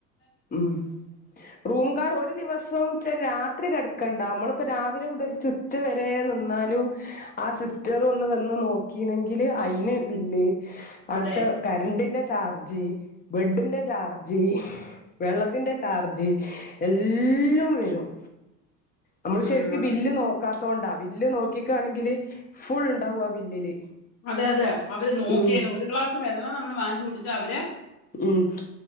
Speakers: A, on the left (about 20°); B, on the left (about 60°).
A: ഉം റൂം കാർഡ് ഒരു ദിവസം ച രാത്രി കെടക്കണ്ട മ്മള്പ്പോ രാവിലെ മുതൽ ചുച്ച വരെ നിന്നാൽ ലു ആ സിസ്റ്ററൊന്ന് വന്ന് നോക്കീണെങ്കില് അയിന് ബില്ല് അവിടുത്തെ
B: അതെ
A: കരണ്ടിന്റെ ചാർജ് ബെഡ്ഡിന്റെ ചാർജി വെള്ളത്തിന്റെ ചാർജ് എല്ലൊം വെരും നമ്മള്
B: ഉം
A: ശരിക്ക്
B: അതെ
A: ബില്ല് നോക്കാത്തോ ണ്ടാ ബില്ല് നോക്കിക്കാണെങ്കില് ഫുൾ ഉണ്ടാവുംആ ബില്ലില്
B: അതെ അതെ അവര് നോക്കിയേന്
A: ഉം
B: ഒരു ഗ്ലാസ് വെള്ളം നമ്മള് വാങ്ങിച്ചു കുടിച്ചാ അവര്
A: ഉം